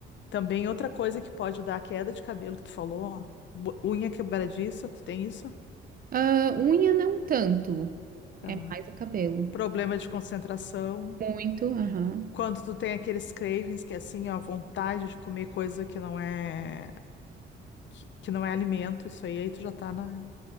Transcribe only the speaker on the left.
Também outra coisa que pode dar a queda de cabelo que tu falou, bo- unha quebradiça, tu tem isso?
Tá.
Problema de concentração.
Quando tu tem aqueles cravings que é assim, ó, vontade de comer coisa que não é que, que não é alimento, isso aí, aí tu já tá na,